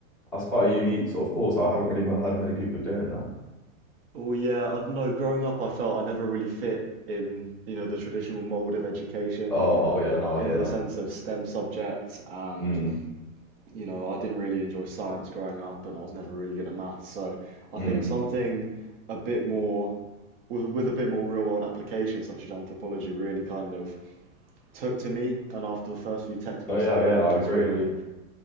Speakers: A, in the centre; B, on the right.
A: that's quite a unique sort of course. I haven't really m- heard of many people doing that.
B: Oh, yeah, I don't know. Growing up, I felt I never really fit in, you know, the traditional mold of education
A: Oh, oh yeah, no, I
B: in
A: hear
B: the
A: that.
B: sense of STEM subjects, and
A: Mm.
B: you know, I didn't really enjoy science growing up, and I was never really good at maths. So I
A: Mm.
B: think something a bit more with with a bit more real world application, such as anthropology, really kind of took to me, and after the first few textbooks
A: Oh yeah,
B: I read,
A: yeah, I
B: I was
A: agree.
B: really,
A: Yeah,